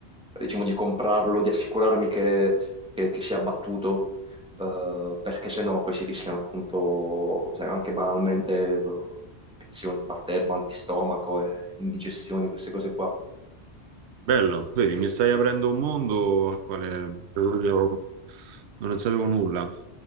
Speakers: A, in the centre; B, on the right.
A: diciamo, di comprarlo, di assicurarmi che che, che si è abbattuto, eh, perché sennò poi si rischiano appunto se anche banalmente eh, infezioni, batteri, mal di stomaco, e indigestioni, queste cose qua.
B: Bello, vedi, mi stai aprendo un mondo al quale proprio non ne sapevo nulla.